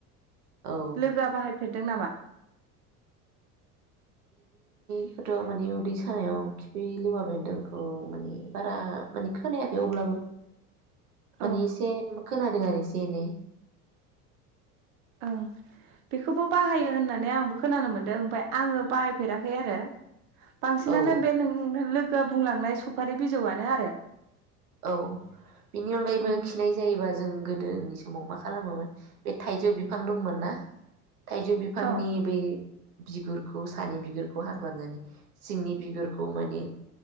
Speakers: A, on the right; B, on the right.
A: औ
B: लोगोआ बाहायफेरदों नामा
A: बेखौथ' मानि उदै सानायाव खिफि लेवा बेन्दोंखौ माने बारा माने खोनायाखै अब्लाबो
B: औ
A: मानि एसे खोनादों आरो एसे एनै।
B: ओं बेखौबो बाहायो होननानै आंबो खोनानो मोनदों ओमफ्राय आङो बाहायफेराखै आरो। बांसिनानो
A: औ
B: बे लोगोआ। बुंलांनाय सुफारि बिजौआनो आरो।
A: औ बिनि अनगायैबो
B: उम
A: खिनाय जायोबा। जों गोदोनि समाव मा खालामोमोन बे थाइजौ बिफां दंमोन ना? थाइजौ बिफांनि
B: औ
A: बै बिगुरखौ सानि बिगुरखौ हाख्लानानै, सिंनि बिगुरखौ माने